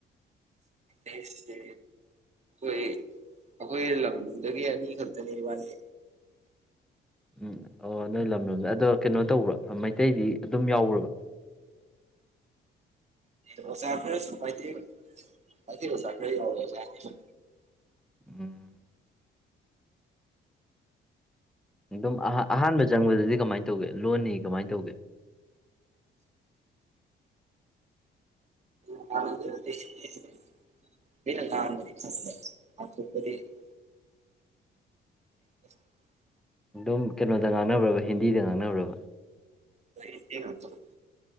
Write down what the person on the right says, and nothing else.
ꯑꯩꯁ ꯑꯩꯈꯣꯏ ꯑꯩꯈꯣꯏ ꯂꯝꯗꯝꯗꯒꯤ ꯑꯅꯤꯈꯛꯇꯅꯦ ꯏꯕꯥꯅꯤ
ꯑꯣꯖꯥ ꯈꯔꯁꯨ ꯃꯩꯇꯩ ꯃꯩꯇꯩ ꯑꯣꯖꯥ ꯈꯔꯁꯨ ꯌꯥꯁꯥꯏ
<unintelligible> <unintelligible>
<unintelligible>